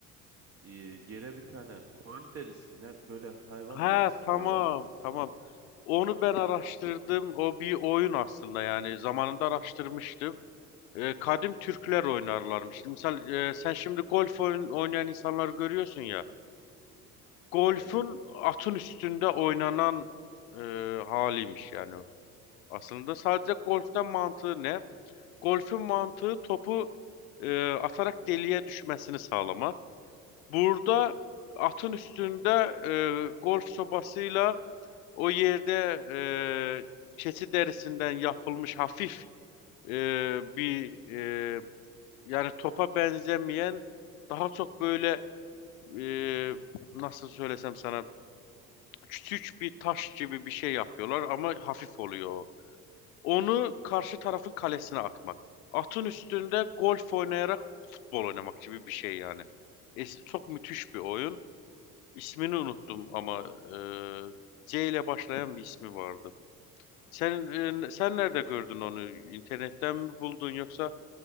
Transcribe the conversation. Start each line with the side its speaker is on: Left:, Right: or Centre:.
Right: e, yere bir tane koyun derisi mi ne böyle hayvan
Left: Ha
Right: derisi koyuyorlar.
Left: tamam tamam. Onu ben araştırdım. O bir oyun aslında yani zamanında araştırmıştım. Ee, kadim Türkler oynarlarmış. Misal e, sen şimdi golf oyn- oynayan insanları görüyorsun ya. Golfün
Right: Evet.
Left: atın üstünde oynanan e, haliymiş yani. o. Aslında sadece golften mantığı ne? Golfün mantığı topu e, atarak deliğe düşmesini sağlamak. Burada atın üstünde e, golf sobasıyla o yerde e, keçi derisinden yapılmış hafif e, bir e, yani topa benzemeyen daha çok böyle e, nasıl söylesem sana küçük bir taş gibi bir şey yapıyorlar ama hafif oluyor. o. Onu karşı tarafın kalesine atmak. Atın üstünde golf oynayarak futbol oynamak gibi bir şey yani. E, çok müthiş bir oyun. İsmini unuttum ama e, C ile başlayan bir ismi vardı. Sen e, sen nerede gördün onu? İnternetten mi buldun yoksa